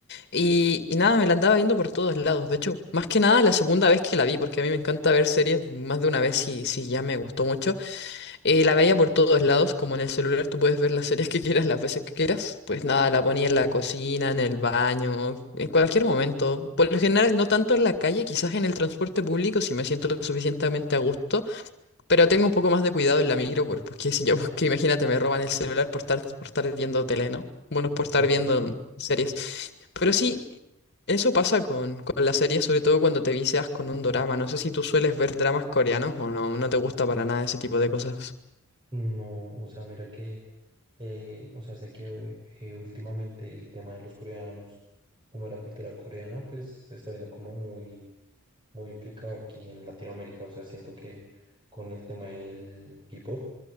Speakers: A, on the left; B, on the right.
A: y, y nada, me la andaba viendo por todos lados, de hecho, más que nada la segunda vez que la vi, porque a mí me encanta ver series más de una vez si, si ya me gustó mucho. Eh, la veía por todos lados, como en el celular tú puedes ver las series que quieras, las veces que quieras. Pues nada, la ponía en la cocina, en el baño, en cualquier momento. Por lo general, no tanto en la calle, quizás en el transporte público si me siento lo suficientemente a gusto, pero tengo un poco más de cuidado en la micro, por- porque si yo, <laughs> porque imagínate, me roban el celular por estar, por estar viendo tele, ¿no? Bueno, por estar
B: Claro,
A: viendo
B: claro.
A: series. Pero sí, eso pasa con, con las series, sobre todo cuando te vicias con un drama. No sé si tú sueles ver dramas coreanos o no, no te gusta para nada ese tipo de cosas.
B: No, o sea, mira que, eh, o sea, sé que eh, últimamente el tema de los coreanos, como de la cultura coreana, pues se está viendo como muy, muy implicado aquí en Latinoamérica. O sea, siento que con el tema del K-pop,